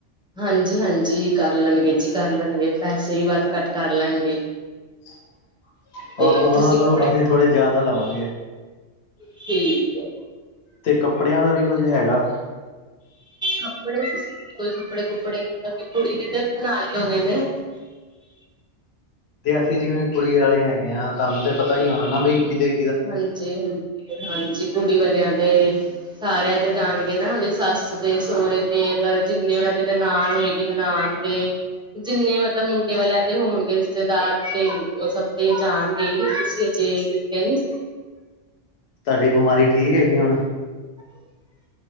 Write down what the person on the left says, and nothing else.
ਅਹ,
ਉਹਨਾਂ
ਤੋਂ
ਅਸੀਂ ਥੋੜੇ ਜ਼ਿਆਦਾ ਲਵਾਂਗੇ।
ਤੇ ਕੱਪੜਿਆਂ ਦਾ ਵੀ ਕੁੱਝ ਹੈਗਾ?
ਤੇ ਅਸੀਂ ਜਿਵੇਂ ਕੁੜੀ ਵਾਲੇ ਹੈਗੇ ਆ, ਤੁਹਾਨੂੰ ਤੇ ਪਤਾ ਈ ਹੋਣਾ ਨਾ ਬ‌ਈ ਕੀਦੇ
ਤੁਹਾਡੀ ਬਿਮਾਰੀ ਠੀਕ ਹੈਗੀ ਹੁਣ?